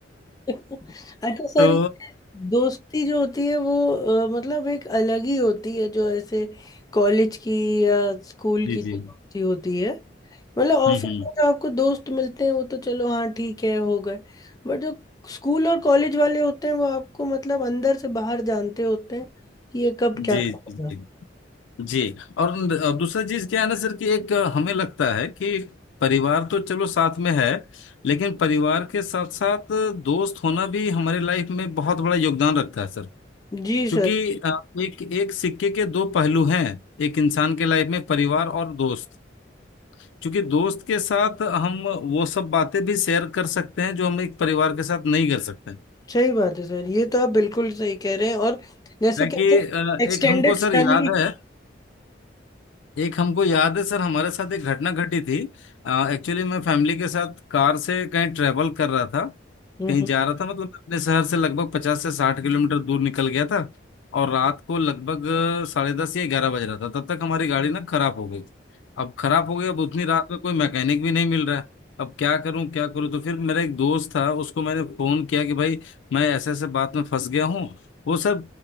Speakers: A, on the left; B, on the left.
A: अच्छा सर
B: तो
A: ये दोस्ती जो होती है वो अ, मतलब एक अलग ही होती है जो ऐसे कॉलेज की या स्कूल
B: जी
A: की जो
B: जी
A: दोस्ती होती है मतलब ऑफिस
B: हम्म हम्म
A: में जो आपको दोस्त मिलते हैं वो तो चलो हाँ ठीक है हो गए बट जो स्कूल और कॉलेज वाले होते हैं वो आपको मतलब अंदर से बाहर जानते होते हैं कि ये कब
B: जी
A: क्या करेगा
B: जी जी जी। और न- दूसरा चीज क्या है ना सर कि एक हमें लगता है कि परिवार तो चलो साथ में है लेकिन परिवार के साथ साथ दोस्त होना भी हमारे लाइफ में बहुत बड़ा योगदान रखता है सर
A: जी
B: क्योंकि
A: सर
B: अ, एक एक सिक्के के दो पहलू हैं एक इंसान के लाइफ में परिवार और दोस्त क्योंकि दोस्त के साथ हम वो सब बातें भी शेयर कर सकते हैं जो हम एक परिवार के साथ नहीं कर सकते हैं
A: सही बात है सर ये तो आप बिल्कुल सही कह रहे हैं और जैसे
B: है
A: कहते
B: कि
A: हैं
B: अ,
A: एक्सटेंडेड
B: एक हमको
A: फैमिली
B: सर याद है एक हमको याद है सर हमारे साथ एक घटना घटी थी एक्चुअली मैं फैमिली के साथ कार से कहीं ट्रेवल कर रहा था
A: हम्म
B: कहीं
A: हम्म,
B: जा रहा था मतलब मैं अपने शहर से लगभग पचास से साठ किलोमीटर दूर निकल गया था और रात को लगभग अ, साढ़े दस या ग्यारह बज रहा था तब तक हमारी गाड़ी ना खराब हो गई अब खराब हो गई अब उतनी रात में कोई मैकेनिक भी नहीं मिल रहा है अब क्या करूं क्या करूं तो फिर मेरा एक दोस्त था उसको मैंने फोन किया कि भाई मैं ऐसे ऐसे बात में फंस गया हूं वो सर